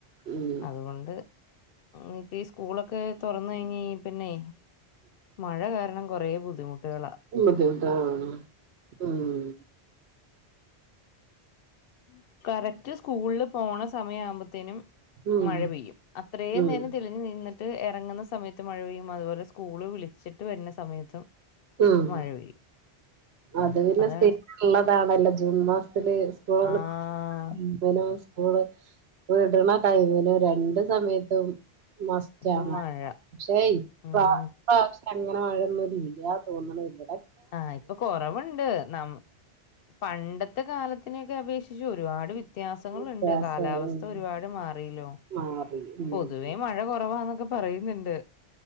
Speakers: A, on the right; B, on the left.
A: ഉം
B: അതുകൊണ്ട് ഇപ്പ സ്കൂളൊക്കെ ഒക്കെ തുറന്ന് കഴിഞ് പിന്നെ മഴ കാരണം കുറേ ബുദ്ധിമുട്ടുകളാണ്
A: ബുദ്ധിമുട്ടുകൾ ആണ് മ്
B: <inaudible> കറക്റ്റ് സ്കൂളില് പോണ സമയം ആവുമ്പോത്തേനും
A: ഉം
B: മഴ പെയ്യും അത്രയും
A: ഉം
B: നേരം തെളിഞ്ഞ് നിന്നിട്ട് ഇറങ്ങുന്ന സമയത്ത് മഴ പെയ്യും അതുപോലെ സ്‌ സ്കൂള് വിളിച്ചിട്ട് വരുന്ന സമയത്തും
A: ഉം
B: മഴ പെയ്യും
A: അത് പിന്നെ
B: അതാണ്
A: സ്ഥിര ഒള്ള ണല്ലോ ജൂൺ മാസ ത്തില് സ്കൂളുകള്
B: ആഹ്
A: <unintelligible> പൂവ് വിടണ ടൈമിന് രണ്ടു സമയത്തും മാസ്റ്റാണു
B: ത്തും മഴ
A: പക്ഷെ ഇപ്പ
B: ഉം
A: <unintelligible> അങ്ങനെ മഴ ഒന്നും ലില്യ തോന്ന്ണു ഇവിടെ
B: ആഹ് ഇപ്പൊ കൊറവുണ്ട് നമു പണ്ട ത്തെ കാലത്തിനെയൊക്കെ അപേക്ഷിച്ച് ഒരുപാട് വി ത്യാസങ്ങളുണ്ട്
A: വ്യത്യാസം
B: കാലാവസ്ഥ
A: ഉം
B: ഒരുപാട് മാറില്ലോ
A: മാറി ഉം
B: പൊതുവേ മഴ കുറവാന്നൊക്കെ പറയുന്ന്ണ്ട്